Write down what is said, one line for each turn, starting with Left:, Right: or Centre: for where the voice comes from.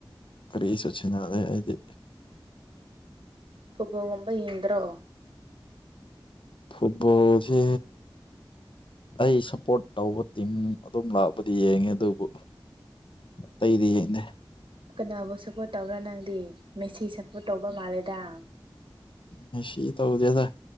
Left: ꯀꯔꯤꯁꯨ ꯁꯦꯟꯅꯥꯗꯦ ꯗꯦ ꯑꯩꯗꯤ
Right: ꯐꯨꯠꯕꯣꯜꯒꯨꯝꯕ ꯌꯦꯡꯗꯔꯣ
Left: ꯐꯨꯠꯕꯣꯜꯁꯦ ꯑꯩ ꯁꯞꯄꯣꯔꯠ ꯇꯧꯕ ꯇꯤꯝ ꯑꯗꯨꯝ ꯂꯥꯛꯄꯗꯤ ꯌꯦꯡꯉꯦ ꯑꯗꯨꯕꯨ ꯑꯇꯩꯗꯤ ꯌꯦꯡꯗꯦ
Right: ꯀꯅꯥꯕꯨ ꯁꯞꯄꯣꯔꯠ ꯇꯧꯕ꯭ꯔ ꯅꯪꯗꯤ ꯃꯦꯁꯤ ꯁꯞꯄꯣꯔꯠ ꯇꯧꯕ ꯃꯥꯜꯂꯦꯗ
Left: ꯃꯦꯁꯤ ꯇꯧꯗꯦꯗ